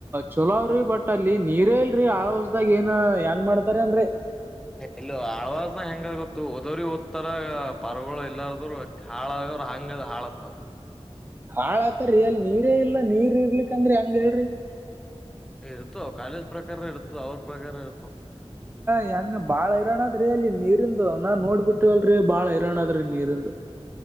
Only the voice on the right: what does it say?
ಚಲಾವ್ರಿ ಬಟ್ ಅಲ್ಲಿ ನೀರೇ ಇಲ್ರರಿ ಆಳ್ವಸ್ದಾಗ ಏನ್ ಹೆಂಗ ಮಾಡ್ತಾರ ಅಏನ್ರಿ
ಹಾಳ ಆತರಿೀ ಅಲ್ ನೀರೇ ಇಲ್ಲ ನೀರ್ ಇರ್ಲಿಕ್ಕಂದ್ರಿ ಹಂಗ ಹೇಳ್ರಿ
ಹೆಂಗ ಬಾಳ್ ಹೈರಾಣದ್ರಿ ಅಲ್ಲಿ ನೀರಿಂದು ನಾ ನೋಡ್ಬಿಟ್ಟವ ಅಲ್ರಿ ಬಾಳ ಹೈರಾಣ ಆದ್ರಿ ನೀರಿಂದು.